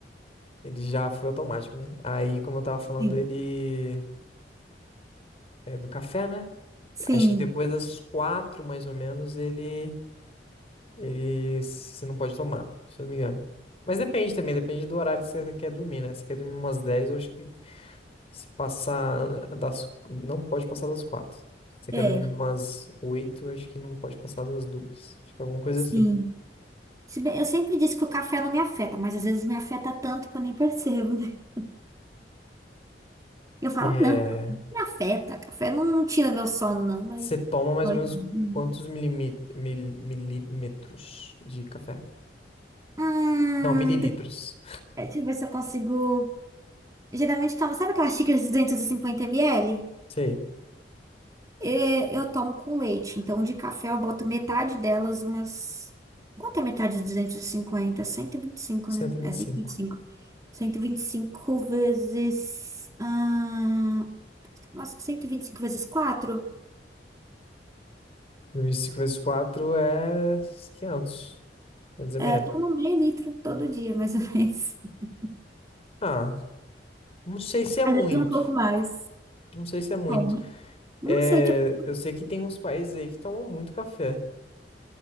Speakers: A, on the left; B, on the right.
A: Ele já foi automático, né? Aí, como eu tava falando,
B: sim.
A: ele é do café, né?
B: Sim,
A: Acho que depois das quatro, mais ou menos, ele ele se não pode tomar, se eu não me engano. Mas depende também, depende do horário que você quer dormir, né? Se você quer dormir umas 10, eu acho que se passar das não pode passar das quatro. Se você
B: é.
A: quer dormir umas 8, eu acho que não pode passar das duas. Acho que é alguma coisa
B: Sim.
A: assim.
B: Se bem, eu sempre disse que o café não me afeta, mas às vezes me afeta tanto que eu nem percebo, né? <laughs> Eu falo,
A: É,
B: não, café não me afeta, café não, não tira meu sono, não, mas.
A: você toma mais
B: Pode.
A: ou menos
B: Uhum.
A: quantos milimit- mil- milímetros de café?
B: Hum,
A: Não, mililitros.
B: deixa deixa eu ver se eu consigo. Eu Geralmente tomo, sabe aquelas xícaras de 250 ml?
A: Sei,
B: É, Eu tomo com leite, então de café eu boto metade delas, umas. Quanto é metade de duzentos e e cinquenta cento e vinte e cinco
A: cento
B: né?
A: e e vinte
B: É 125.
A: e cinco,
B: cento e e vinte e cinco vezes. Ah, acho que 125 vezes quatro,
A: vinte e cinco vezes quatro é 500 500 ml.
B: É, toma um meio litro todo dia, mais ou menos. <laughs>
A: Ah, não sei se é
B: Às
A: muito.
B: vezes um pouco mais.
A: Não sei se é muito.
B: Bom,
A: É,
B: não sei, tipo.
A: eu sei que tem uns países aí que tomam muito café.